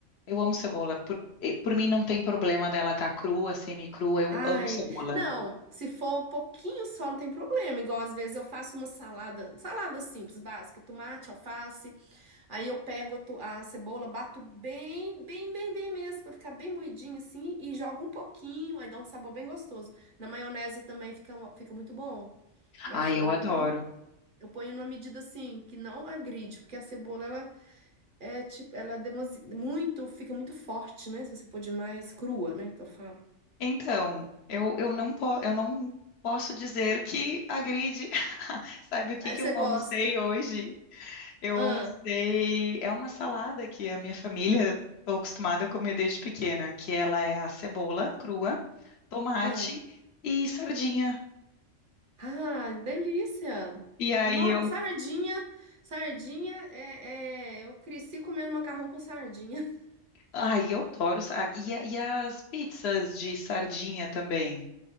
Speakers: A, on the left; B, on the right.
A: Eu amo cebola. Por, e por mim não tem problema dela estar crua, semi-crua. Eu
B: Ai,
A: amo cebola.
B: não, se for um pouquinho só, não tem problema. Igual às vezes eu faço uma salada, salada simples, básica, tomate, alface. Aí eu pego a, to- a cebola, bato bem, bem, bem, bem mesmo, pra ficar bem moidinha assim, e jogo um pouquinho, aí dá um sabor bem gostoso. Na maionese também fica, uma- fica muito bom. Mas
A: Ai,
B: eu
A: eu adoro.
B: ponho, eu ponho numa medida assim, que não agride, porque a cebola, ela é tipo, ela é demasi- muito, fica muito forte, né? Se você pôr demais crua, né? Que eu falo.
A: Então, eu, eu não po, eu não posso dizer que agride. <laughs> Sabe o que
B: Aí
A: que
B: você
A: eu
B: gosta.
A: almocei hoje? Eu
B: Ah,
A: almocei. É uma salada que a minha família
B: ah,
A: estou acostumada a comer desde pequena, que ela é a cebola crua, tomate
B: ah.
A: e sardinha.
B: Ah, delícia!
A: E aí
B: Nossa,
A: eu,
B: sardinha, sardinha, é, é, eu cresci comendo macarrão com sardinha. <laughs>
A: ai, eu adoro. sa- E, a- e as pizzas de sardinha também,